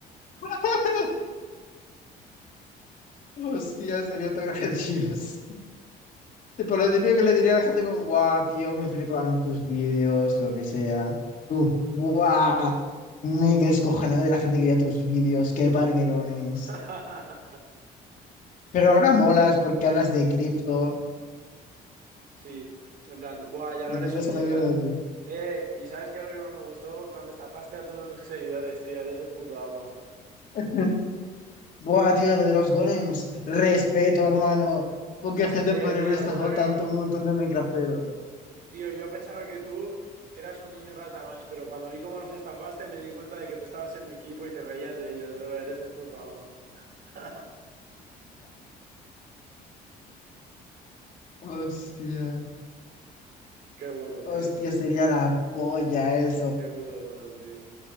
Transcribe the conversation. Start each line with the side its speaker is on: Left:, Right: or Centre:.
Left: <laughs> Hostia, sería todo gracioso. Tipo, lo típico que le diría a la gente como, guau, tío, me flipan tus vídeos, lo que sea. Tú, guau, me descojonado de la gente que veía tus vídeos, qué parguelones.
Right: <laughs>
Left: Pero ahora molas porque hablas de cripto.
Right: Sí, en plan, buah, ya no
Left: Me
Right: eres
Left: tiras
Right: un mierdas.
Left: una mierda así.
Right: Eh, ¿y sabes qué es lo que más me gustó? Cuando estafaste a tus seguidores, tío, eres el puto amo. <laughs>
Left: <laughs> Buah, tío, lo de los golems. Respeto, hermano. Poca gente
Right: Eh,
Left: podría
Right: tío,
Left: haber estafado
Right: yo también
Left: tanto
Right: lo
Left: a un montón de Minecrafteros.
Right: Tío, yo pensaba que tú eras un niño rata más, pero cuando vi cómo los estafaste me di cuenta de que tú estabas en mi equipo y te reías de ellos, bro, eres el puto amo. <laughs>
Left: Hostia.
Right: Qué bueno,
Left: Hostia,
Right: tío.
Left: sería la polla eso.
Right: Qué puto bueno, tío.